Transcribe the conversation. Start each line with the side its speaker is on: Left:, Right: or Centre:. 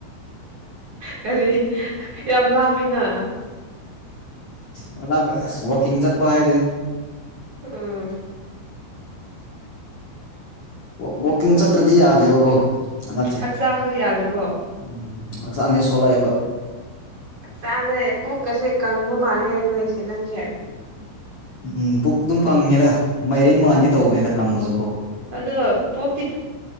Right: ꯀꯔꯤ ꯌꯥꯝ ꯂꯥꯞꯄꯤꯅ
Left: ꯑꯣꯞ ꯋꯥꯀꯤꯡꯖꯠ ꯄꯥꯏ
Right: ꯎꯝ
Left: ꯋꯥꯋꯥꯛꯀꯤꯡ ꯆꯠꯇ꯭ꯔꯗꯤ ꯌꯥꯗ꯭ꯔꯦꯕꯀꯣ ꯍꯟꯗꯛꯁꯦ
Right: ꯍꯛꯆꯥꯡꯗꯣ ꯌꯥꯗ꯭ꯔꯕꯣ
Left: ꯎꯝ ꯍꯛꯆꯥꯡꯁꯦ ꯁꯣꯜꯂꯛꯑꯦꯕ
Right: ꯆꯥꯗꯦ ꯄꯨꯣꯛꯀꯁꯦ ꯀꯪꯕ ꯃꯥꯜꯂꯦ ꯅꯣꯏꯁꯦ ꯅꯪꯁꯦ
Left: ꯎꯝ ꯄꯨꯛ ꯑꯗꯨꯝ ꯀꯪꯉꯦꯗ ꯃꯥꯏꯔꯦꯟ ꯃꯥꯟꯒꯦ ꯇꯧꯕꯅꯤꯗ ꯀꯪꯉꯁꯨ ꯀꯣ
Right: ꯑꯗꯣ ꯄꯣꯛꯇꯤ